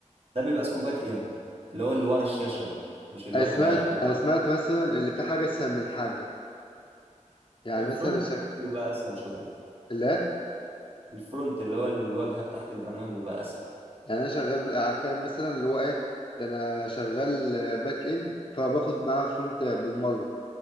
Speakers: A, on the right; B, on the left.
A: ده بيبقى اسمه باك اند اللي هو اللي ورا الشاشه بقى مش الواجهه
B: انا سمعت
A: بقى لا اللي
B: انا
A: ورا
B: سمعت مثلا اللي في حاجه اسهل من حاجه يعني
A: الفرونت
B: مثلا اللي
A: إند بيبقى اسهل شويه
B: شغال
A: الفرونت اللي هو الواجهه بتاعت البرنامج بيبقى اسهل
B: يعني انا شغال فاهم مثلا اللي هو ايه ده انا شغال آه، باك اند فباخد معاه فرونت بالمره